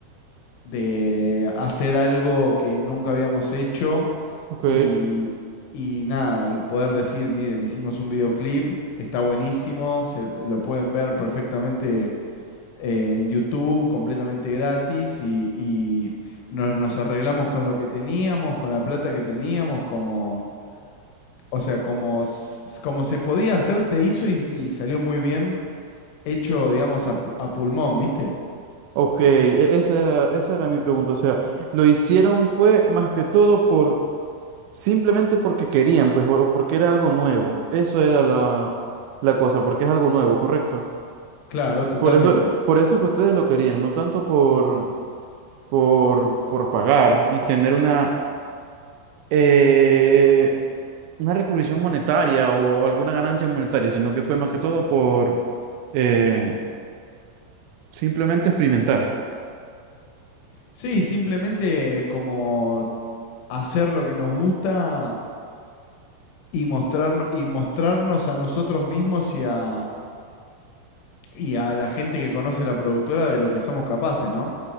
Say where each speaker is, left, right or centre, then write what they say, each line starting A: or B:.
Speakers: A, on the left; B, on the right.
A: de hacer algo que nunca habíamos hecho
B: Ok,
A: y, y nada, y poder decir, miren, hicimos un videoclip, está buenísimo, se, lo pueden ver perfectamente eh, en YouTube, completamente gratis, y, y nos, nos arreglamos con lo que teníamos, con la plata que teníamos, como, o sea, como, s- como se podía hacer, se hizo y, y salió muy bien hecho, digamos, a, pu- a pulmón, ¿viste?
B: ok, e- esa era, esa era mi pregunta. O sea, lo hicieron fue más que todo por simplemente porque querían, pues, o o porque era algo nuevo. Eso era la, la cosa, porque es algo nuevo, ¿correcto?
A: Claro, totalmente.
B: Por eso, por eso es que ustedes lo querían, no tanto por, por, por pagar y tener una eh, una recubrición monetaria o alguna ganancia monetaria, sino que fue más que todo por eh, simplemente experimentar.
A: Sí, simplemente como hacer lo que nos gusta y mostrarnos, y mostrarnos a nosotros mismos y a, y a la gente que conoce la productora de lo que somos capaces, ¿no?